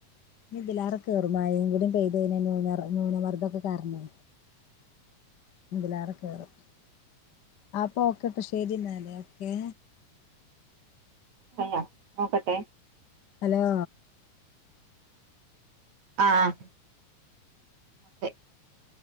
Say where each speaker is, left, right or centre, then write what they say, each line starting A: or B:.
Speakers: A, on the left; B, on the right.
A: ഇനി ഇതിലാറെ കേറും മയിംകൂട പെയ്ത് ന്യുനർ ന്യൂനമർദ്ദംക്കെ കാരണെ ഇതിലേറെ കേറും അപ്പൊ ഓക്കെട്ടോ ശരി ന്നാല് ഓക്കേ.
B: കഴിഞ്ഞ നോക്കട്ടെ
A: ഹലോ
B: ആഹ് <unintelligible>